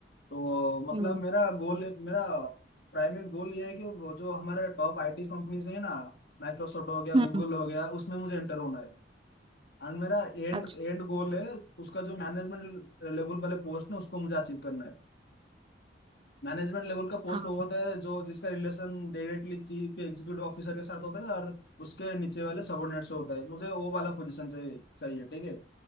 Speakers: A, on the left; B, on the right.
A: तो मतलब
B: हम्म
A: मेरा गोल मेरा प्राइमरी गोल ये है कि वो जो हमारे टॉप आईटी कंपनीज है ना माइक्रोसॉफ्ट हो गया
B: हम्म
A: गूगल हो गया उसमें मुझे एंटर होना है और मेरा एंड
B: अच्छा
A: एंड गोल है उसका जो मैनेजमेंट लेवल वाले पोस्ट है उसको मुझे अचीव करना है मैनेजमेंट लेवल का पोस्ट
B: हाँ
A: वो होता है जो जिसका relation directly chief executive officer के साथ होता है और उसके नीचे वाले सबॉर्डिनेट से होता है मुझे वो वाला पोजीशन चाहिए चाहिए ठीक है